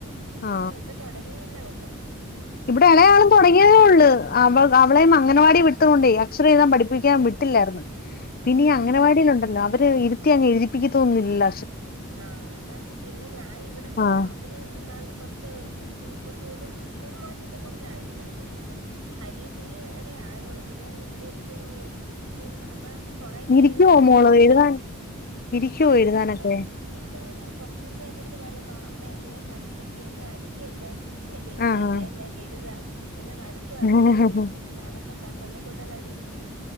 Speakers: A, on the right; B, on the left.
A: പിന്നെ
B: ആ
A: ഇപ്പൊ തുടങ്ങിയെല്ലാള്ളു
B: ഇവിടെ ഇലയാളും തുടങ്ങിയതേ ഉള്ളൂ അവ അവളയും അങ്ങനവാടിയ വിട്ടുന്നുണ്ടേ അക്ഷരം എഴുാൻ പഠിപ്പിക്കാൻ
A: ഉം
B: വിട്ടില്ലായിന്ന് പിന്നെ
A: ഉം
B: ഇ അങ്ങനവാടിലുണ്ടല്ലോ
A: ഉം
B: അവര് ഇരുത്തി അങ് എഴുതിപ്പിക്ക തോന്നുന്നില്ല
A: ആഹ എന്താ പിന്നെ ഞാനിവിടെ തന്നെ
B: ആഹ്
A: അവര് നാള് കൊറച്ച് ഇപ്പ മൂന്ന് മൂന്ന് മാസത്തെ കൂടുതലായി വിടാൻ തുടങ്ങിയിട്ട് ഹരീ ശ്രീ വരെ ആയുള്ളൂ പിന്നെ ഞൻ ഇവിടെ ഇരുത്തി അങ്ങനെ എഴുതിപ്പിക്ക അപ്പം കൊറെൊക്കെ
B: ഇരിക്കുവോ
A: എഴുതാൻ അറിയാം
B: മോള്
A: പിന്നെ
B: എഴുതാൻ ഇരിക്കുവോ
A: ആ
B: എഴുതാനൊക്കെ
A: ഇന്നിപ്പം ഇന്നിപ്പ കൊറച്ച മുമ്പ് എറ അടുത്ത് പറഞ്ഞ ബാ അമ്മ എന്നെ പഠിപ്പിക്കൂ എന്നെ അടിക്കല്ലേ എന്നെ പിച്ചയല്ലേ
B: ആഹ്
A: ഞാൻ എഴുതാം എന്നെ വഴക്ക് പറയല്ലേ
B: ആഹ്
A: ഞാൻ എഴുതാന്ന് അക്കെ പറഞ്ഞ എന്നെ കൊണ്ടുവന്ന് അവിടെ ഇരുത്തി.